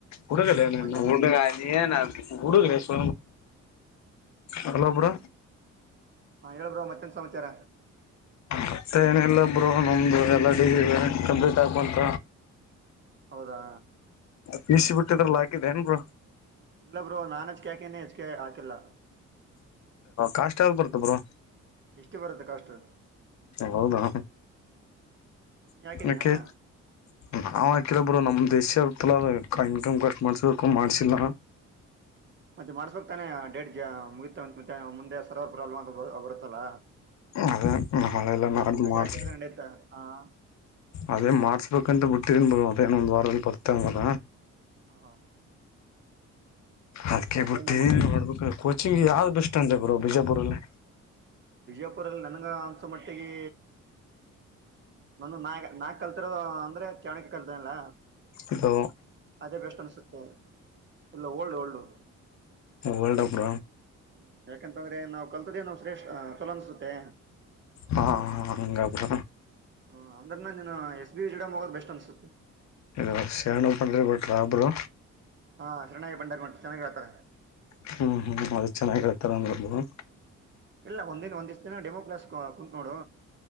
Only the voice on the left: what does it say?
ಹುಡುಗ
ಹುಡುಗ ಏನ ಹುಡುಗಡೆ ಸ್ ಹಲಬ್ರ
ಮತ್ತೆ ಏನಿಲ್ಲೊಬ್ರು ನಮ್ಮದು ಎಲ್ಲ ಡಿ ಇ ಕಂಪ್ಲೀಟ್ ಆಗಬಂತ
ಬಿಸಿ ಬಿಟ್ಟಿದ್ರಲ್ಲಾಕಿದೆ ಏನ್ರು
ಕಸ್ಟ್ ಯಾವ್ದ್ ಬರ್ತ ಬ್ರರು
ಹೌದಾ
ಅಕೆ
ನಾವ್ ಯಕೇಳಬರು ನಮ್ ದೇಶ ತಲ ಇನ್ಕಮ್ ಕಷ್ಟ್ ಮಾಡ್ಸಬೇಕು ಮಾಡ್ಸಿಲ್ಲ
ಅದೇ ನಾಳೆಲ್ಲ
ನಾಡ್ದು
ಮಾಡ್ಸ
ಅದೇ ಮಾಡ್ಸ್ಬೇಕಂತ ಬಿಟ್ಟಿನ್ ಬ ಮದೇನ ಒಂದ್ ವಾರದಲ್ಲಿ ಬರ್ತ ಮಾರ
ಅದಕ್ಕೆ
ಬಿಟ್ಟು
ನೋಡ್ಬೇಕು ಕೋಚಿಂಗ್ ಯಾವ್ದ್
ಬೆಸ್ ಸ್ಟ್ಯಾಂಡ್ ಗರು ಬಿಜಾಪುರಲ್ಲಿ
ಅದು
ವರ್ಲ್ಡ್ ಅಪ್ಡ
ಹಾ ಹಂಗಬರ
ಇ ಶ್ಪ್ಪಂಡ್ರಿ ಬಟ್ ರಾಬ್ರು
ಹ್ಮ್ ಹ್ಮ್ ಅದು ಚೆನ್ನಾಗ್ ಹೇಳ್ತಾರಾ ಅಂದ್ರು ಬ್ರೋ